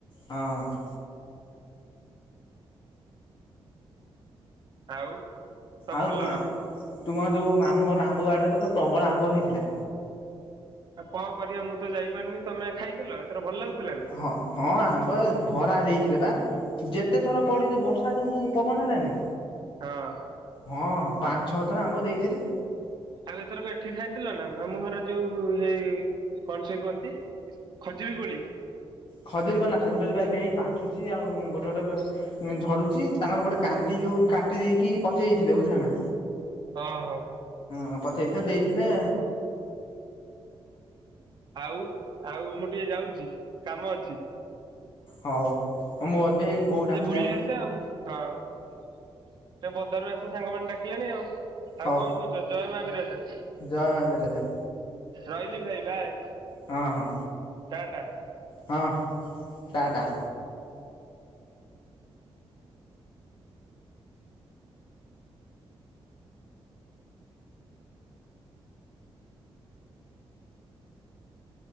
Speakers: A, on the left; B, on the right.
A: ହଁ।
B: ଆଉ ସବୁ
A: ଆଉ
B: ଭଲ
A: ତ ତୁମ ଯୋଉ ମାମୁଁର ଆମ୍ବ ବାଡିରେ ତ ପ୍ରବଳ ଆମ୍ବ ହେଇଥିଲା?
B: ଆଉ କଣ କରିବା ମୁଁ ତ ଯାଇପାରିନି ତମେ ଖାଇଥିଲ ଏଥର ଭଲ ଲାଗୁଥିଲା? ନା?
A: ହଁ ହଁ ଆମ୍ବ ଭରା ଦେଇଥିଲେ ବା ଯେତେ ଥର ପଡି ଯିବ ବର୍ଷା ଯୋଗୁ ପବନ ହେଲାନି?
B: ହଁ।
A: ହଁ ପାଞ୍ଚ ଛଅ ଥର ଆମ୍ବ ଦେଇଥିଲେ।
B: ଆଉ ଏଥର ଏଠି ଖାଇଥିଲ ନା ମାମୁଁ ଘର ଯୋଉ ହେଇ କଣ ସେ କୁହନ୍ତି? ଖଜୁରୀ କୋଳି
A: ଖଜୁରୀ କୋଳି ଖଜିର କୋଳି ଏବେ ହେଇ ପାଚୁଛି ଆଉ ଗୋଟେ ଗୋଟେ ଝଡୁଛି ତାଙ୍କର ଗୋଟେ କାନ୍ଦି ଯୋଉ କାଟି ଦେଇେଇକି ପଚେଇ ଦେଇଥିଲେ ବୁଝିଲ ନା?
B: ହଁ ହଁ।
A: ହଁ ପଚେଇ ତ ଦେଇଥିଲେ
B: ଆଉ ଆଉ ମୁଁ ଟିକେ ଯାଉଛି କାମ ଅଛି?
A: ହଉ ମୋର ବି ହେଇ ବୋଉ ଡାକିଲାଣି
B: ଟିକେ ବୁଲି ଆସେ ଆଉ ହଁ। ସେ ବଦାରୁ ଆସିଥିବା ସାଙ୍ଗମାନେ ଡାକିଲେଣି ଆଉ ଆଉ
A: ହଉ
B: କଣ କହୁଚ ଜୟ ମା ବିିରଜା?
A: ଜୟ ମା ବିିରଜା।
B: ରହିଲି ଭାଇ ବାଏ?
A: ହଁ ହଁ
B: ଟା ଟା
A: ହଁ ଟା ଟା।